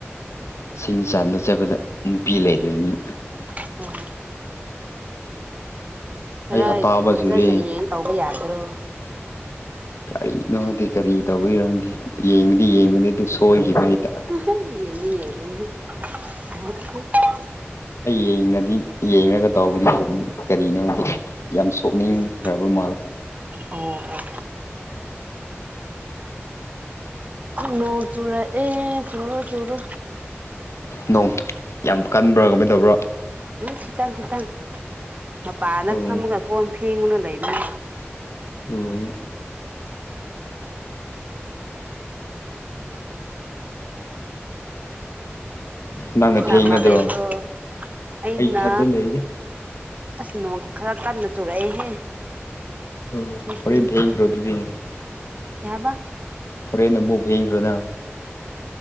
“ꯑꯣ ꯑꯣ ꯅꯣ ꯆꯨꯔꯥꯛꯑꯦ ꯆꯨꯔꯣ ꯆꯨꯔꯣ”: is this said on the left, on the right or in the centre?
Right